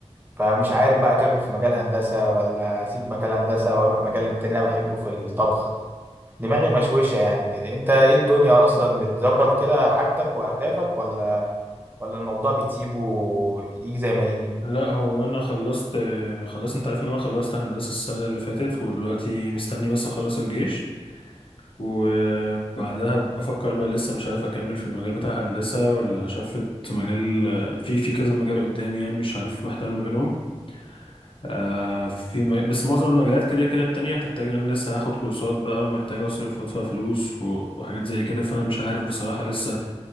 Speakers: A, on the right; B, on the left.
A: فمش عارف بقى اكمل في مجال هندسه ولا اسيب مجال هندسه واروح مجال تاني انا بحبه في الطبخ دماغي مشوشه يعني كده انت ايه الدنيا اصلا بتظبط كده حاجتك واهدافك ولا ولا الموضوع بتسيبه يجي زي ما يجي
B: لا هو انا خلصت آه، خلاص انت عارف ان انا خلصت هندسة السنة اللي فاتت ودلوقتي مستني بس اخلص الجيش وبعدها بفكر بقى لسه مش عارف اكمل في المجال بتاع هندسة ولا شفت مجال آه، في في كذا مجال قدامي يعني مش عارف محتار ما بينهم آه، في م... بس معظم المجالات كده كده التانية هتحتاج ان انا لسه هاخد كورسات بقى ومحتاج اصرف وادفع فلوس و- وحاجات زي كده فانا مش عارف بصراحة لسه